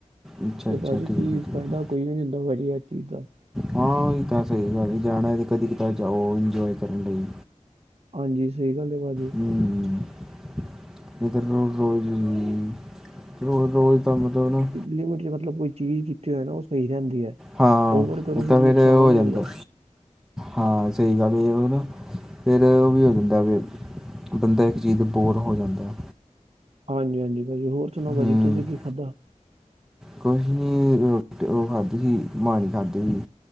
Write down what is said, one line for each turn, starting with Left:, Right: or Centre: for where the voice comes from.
Centre: ਅੱਛਾ
Right: ਤੇ
Centre: ਅੱਛਾ
Right: ਭਾਜੀ
Centre: ਠੀਕ
Right: ਕੀ
Centre: ਹੈ ਠੀਕ
Right: ਫਾਇਦਾ
Centre: ਹੈ।
Right: ਕੋਈ ਵੀ ਹੁੰਦਾ, ਭਾਜੀ ਇਹ ਵਧੀਆ ਚੀਜ਼ ਦਾ
Centre: ਹਾਂ, ਉਹੀ ਤਾਂ ਸਹੀ ਗੱਲ ਜਾਣਾ ਤੇ ਕਦੀ ਕਿਤਾ ਜਾਓ, ਇੰਜੋਏ ਕਰਨ ਲਈ।
Right: ਹਾਂਜੀ, ਸਹੀ ਗੱਲ ਹੈ ਭਾਜੀ।
Centre: <inaudible> ਰੋਜ਼- ਰੋਜ਼ ਦਾ ਮਤਲਬ
Right: ਲਿਮਿਟ ਚ ਮਤਲਬ ਕੋਈ ਚੀਜ਼ ਕੀਤੀ ਹੋਏ ਨਾ, ਉਹ ਸਹੀ ਰਹਿੰਦੀ ਹੈ।
Centre: ਹਾਂ,
Right: ਓਵਰ ਕਰੋ
Centre: ਇਹ
Right: ਫਿਰ
Centre: ਤਾਂ ਫੇਿਰ
Right: ਨੁਕਸਾਨ
Centre: ਹੋ ਜਾਂਦਾ।
Right: ਹੀ ਉਹਦਾ
Centre: ਹਾਂ, ਸਹੀ ਗੱਲ ਉਹ ਨਾ, ਫੇਿਰ ਉਹ ਵੀ ਹੋ ਜਾਂਦਾ ਵੀ ਬੰਦਾ, ਇੱਕ ਚੀਜ਼ ਦਾ ਬੋਰ ਹੋ ਜਾਂਦਾ।
Right: ਹਾਂਜੀ -ਹਾਂਜੀ ਭਾਜੀ, ਹੋਰ ਸੁਣਾੋ ਭਾਜੀੀ
Centre: ਹੂੰ
Right: ਤੁਸੀਂ ਕੀ ਖਾਧਾ।
Centre: ਕੁਛ ਨੀ, ਰੋਟੀ ਉਹ ਖਾਧੀ ਸੀ, ਮਾਣੀ ਖਾਧੀ ਸੀ।